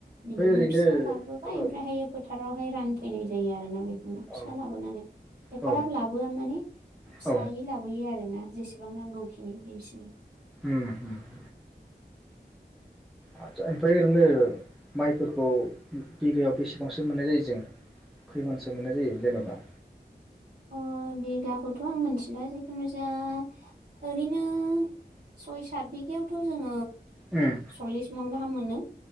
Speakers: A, in the centre; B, on the right.
A: ओमफ्राय
B: बिदिनो
A: ओरैनो
B: फिसा लाबोबाय ओमफ्रायहायो
A: औ
B: फोथारावहाय रानफैनाय जायो आरोना बेख उम फिसा
A: औ
B: लाबोनानै एफाराब
A: औ
B: लाबोआ माने फिसायै
A: औ
B: लाबोयो आरोना। जेसेबां नांगौखिनि बिसिनि
A: उम उम <unintelligible> आथसा ओ ओमफ्राय ओरैनो माइफोरखौ बिगायाव बेसेबांसो मोननाय जायो जों खैमनसो मोननाय जायो जेन'बा?
B: अ' बिगाखौथ' आं मिथिला जिखुनु जाया ओरैनो सय साथ बिगायावथ' जोङो
A: ओम
B: सल्लिस मन गाहाम मोनो